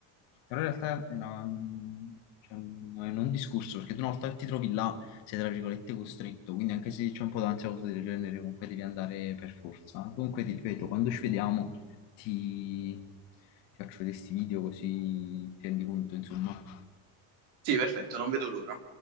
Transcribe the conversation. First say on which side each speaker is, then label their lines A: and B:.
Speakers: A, on the left; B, on the right.
A: però in realtà è, una- cioè, non è un discorso, perché tu una volta che ti trovi là sei tra virgolette costretto, quindi anche se c'è un po' d'ansia o cose del genere comunque devi andare per forza. Comunque ti ripeto, quando ci vediamo ti, ti faccio vedere questi video così ti rendi conto, insomma.
B: Sì, perfetto, non vedo l'ora.